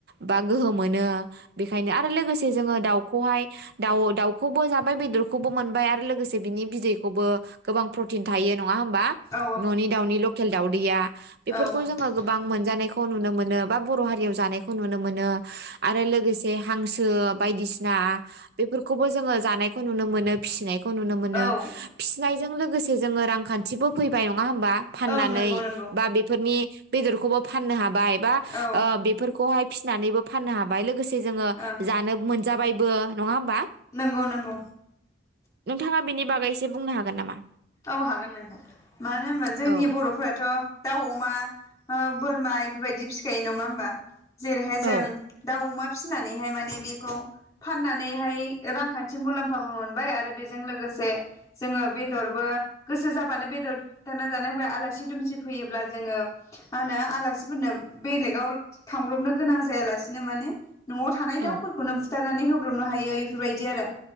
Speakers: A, on the right; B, on the left.
A: बा गोहो मोनो बेखायनो आरो लोगोसे जोङो दाउखौहाय दाउ दाउखौबो जाबाय बेदरखौबो मोनबाय आरो लोगोसे बिनि बिदैखौबो गोबां प्रतिन थायो नङा होनबा
B: औ
A: न'नि दाउनि लकेल दाउदैया बेफोरखौ
B: औ
A: जोङो गोबां मोनजानायखौ नुनो मोनो। बा बर' हारियाव जानायखौ नुनो मोनो आरो लोगोसे हांसो बायदिसिना बेफोरखौबो जोङो जानायखौ नुनो मोन फिसिनायखौ खौ नुनो मोनो
B: औ
A: फिसि नाय लोगोसे जोङो रांखान्थिबो फैबाय नङा नङा होमबा फाननानै
B: ओं नंगौ नंगौ
A: बा बेफोरनि बेदरखौबो फाननो हाबाय। बा
B: औ
A: ओ बेफोरखौहाय फिनानैबो फाननो हाबाय लोगो लोगोसे जोङो
B: ओं
A: जानोब मोनजाबायब बो नङा होम बा
B: नंगौ नंगौ
A: नोंथाङा बिनि बागै एसे बुंनो हागोन नामा
B: औ हागोन नोंथां मानो होनबा जोंनि
A: औ
B: बरफोराथ' दाउ अमा ओ बोरमाय बेफोरबायदि फिखायो नङा होम्बा जेरैहाय
A: औ
B: जों दाउ अमा फिनानैहाय माने बेखौ फाननानैहाय रांखान्थि मुलाम्फाबो मोनबाय आरो बेजों लोगोसे जोङो बेदर बो गोसो जाबानो बेदर बुथारनानै जानो हाबाय आलासि दुमसि फैयोब्ला जोङो मा होनो आलासिफोरनो बेलेगाव थांब्रबनो गोनां जायालासिनो माने नआव थानाय
A: औ
B: दाउफोरखौनो बुथार नानै होब्रबनो हायो इफोरबायदि आरो।